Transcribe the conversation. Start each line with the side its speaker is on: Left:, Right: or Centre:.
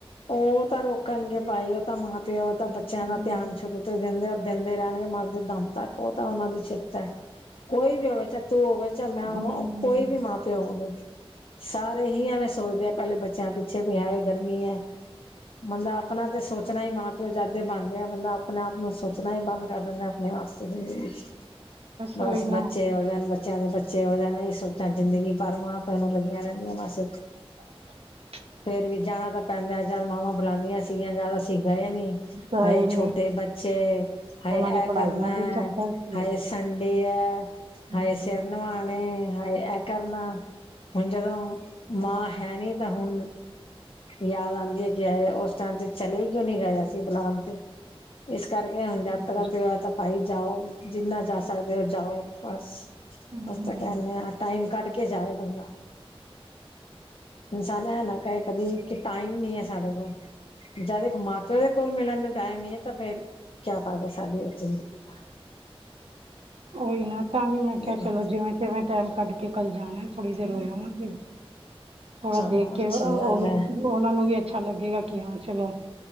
Left: ਉਹ ਤਾਂ ਰੋਕਣਗੇ ਭਾਈ, ਉਹ ਤਾਂ ਮਾਂ ਪਿਓ ਤਾਂ ਬੱਚਿਆਂ
Right: ਹਮ
Left: ਦਾ ਧਿਆਨ ਸ਼ੁਰੂ ਤੇ ਦਿੰਦੇ ਆ ਦਿੰਦੇ ਰਹਿਣਗੇ ਮਰਦੇ ਦਮ ਤੱਕ, ਉਹ ਤਾਂ ਉਹਨਾਂ ਦੀ ਚਿੰਤਾ ਹੈ ਕੋਈ ਵੀ ਹੋਵੇ ਤੂੰ ਹੋਵੇ ਜਾਂ ਮੈਂ
Right: ਹਮ
Left: ਹੋਵਾਂ, ਉਹ ਕੋਈ ਵੀ ਮਾਂ ਪਿਓ ਹੋਵੇ, ਸਾਰੇ ਹੀ ਐਵੇਂ ਸੋਚਦੇ ਆ। ਪਹਿਲੇ ਬੱਚਿਆਂ ਪਿੱਛੇ ਵੀ ਹੈਏ ਗਰਮੀ ਹੈ। ਬੰਦਾ ਆਪਣਾ ਤੇ ਸੋਚਣਾ ਹੀ ਮਾਂ ਪਿਓ ਜਦ ਬਣਦੇ ਆ, ਬੰਦਾ ਆਪਣੇ ਆਪ ਨੂੰ ਸੋਚਣਾ ਹੀ ਬੰਦ ਕਰ ਦਿੰਦਾ। ਜਮਾ ਸਹੀ। ਬਸ
Right: ਉਹੀ ਨਾ
Left: ਬੱਚੇ ਹੋ ਜਾਣ, ਬੱਚਿਆਂ ਦੇ ਬੱਚੇ ਹੋ ਜਾਣ, ਇਹੀ ਸੋਚਾਂ
Right: ਹਮ
Left: ਜ਼ਿੰਦਗੀ ਭਰ ਮਾਂ ਪਿਉ ਨੂੰ ਲੱਗੀਆਂ ਰਹਿੰਦੀਆਂ ਬਸ।
Right: ਹੂੰ।
Left: ਫੇਰ ਵੀ ਜਾਣਾ ਤਾਂ ਪੈਂਦਾ, ਜਦ ਮਾਵਾਂ ਬੁਲਾਉਂਦੀਆਂ ਸੀਗੀਆਂ ਜਦ ਅਸੀਂ ਗਏ ਨੀ,
Right: ਗਏ
Left: ਹਾਏ
Right: ਨੇ
Left: ਛੋਟੇ ਬੱਚੇ ਬੱਚੇ, ਹਾਏ
Right: ਉਹਨਾਂ
Left: ਇਹ
Right: ਦੀ ਪੜ੍ਹਾਈਆਂ
Left: ਕਰਨਾ
Right: ਦੇ
Left: ਹੈ,
Right: ਚੱਕਰ ਤੇ
Left: ਹਾਏ ਸੰਡੇ ਹੈ,
Right: ਹਮ
Left: ਹਾਏ ਸਿਰ ਨਿਵਾਉਣਾ ਨਿਵਾਉਣੇ ਨੇ ਹਾਏ, ਇਹ ਕਰਨਾ ਹੁਣ ਜਦੋਂ ਮਾਂ ਹੈ ਨੀ ਤਾਂ ਹੁਣ ਯਾਦ ਆਉਂਦੀ ਹੈ ਕਿ ਹਾਏ ਉਸ ਟਾਈਮ ਤੇ ਚਲੇ ਕਿਉਂ ਨੀ ਗਏ, ਅਸੀ ਬੁਲਾਉਣ ਤੇ। ਇਸ ਕਰਕੇ ਹੁਣ ਜਦ
Right: ਹਮ
Left: ਤੱਕ ਪਿੳ ਹੈ ਤਾਂ ਭਾਈ ਜਾਓ, ਜਿੰਨਾ ਜਾ ਸਕਦੇ ਹੋ ਜਾਓ ਬਸ।
Right: ਹਮ,
Left: ਆਪਾਂ ਕਹਿੰਦੇ ਆ, ਟਾਈਮ ਕੱਢ ਕੇ ਜਾਏ ਬੰਦਾ। ਇਨਸਾਨ ਇਹ ਨਾ ਕਹੇ ਕਦੀ, ਕਿ ਟਾਈਮ ਨਹੀਂ ਹੈ ਸਾਡੇ ਕੋਲ। ਜਦ ਇੱਕ ਮਾਂ ਪਿਓ ਦੇ ਕੋਲ ਮਿਲਣ ਨੂੰ ਟਾਈਮ ਨੀ ਹੈ ਤਾਂ ਫੇਰ, ਕਿਆ ਫਾਇਦਾ ਸਾਡੀ ਜ਼ਿੰਦਗੀ ਦਾ।
Right: ਉਹੀ ਨਾ ਤਾਂ ਵੀ ਮੈਂ ਕਿਹਾ
Left: ਹਾਂ
Right: ਚਲੋ ਜਿਵੇਂ, ਕਿਵੇਂ ਟਾਈਮ ਕੱਢ ਕੇ ਕੱਲ ਜਾਣਾ, ਥੋੜ੍ਹੀ ਦੇਰ ਹੋ ਆਵਾਂਗੀ। ਥੋੜਾ
Left: ਚਲੋ
Right: ਦੇਖ ਕੇ
Left: ਅੱਛੀ
Right: ਔਰ
Left: ਗੱਲ ਹੈ
Right: ਉਹਨਾਂ ਨੂੰ ਵੀ ਅੱਛਾ ਲੱਗੇਗਾ, ਕਿ ਹਾਂ ਚਲੋ